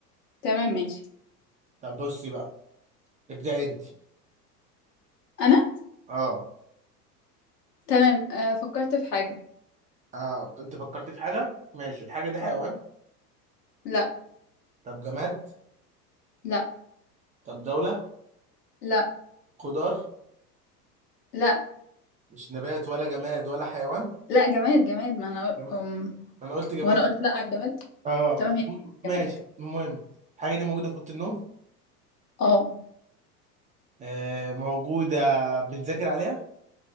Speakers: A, on the left; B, on the right.
A: تمام ماشي
B: طب بصي بقى ابدأ انت
A: أنا
B: اه
A: تمام آه فكرت في حاجة
B: آه، انت فكرت في حاجه ماشي الحاجه دي حيوان
A: اه لا
B: طب جماد
A: لا
B: طب دوله
A: لا
B: خضار
A: لا
B: مش نبات ولا جماد ولا حيوان
A: لا جماد جماد ما أنا قل-
B: جماد.
A: أم...
B: انا قلت جماد
A: وأنا قلت لا على الجماد
B: اه
A: تمام هي
B: م- ماشي
A: جماد
B: المهم الحاجه دي موجوده في اوضه النوم
A: اه
B: آه موجوده بنذاكر عليها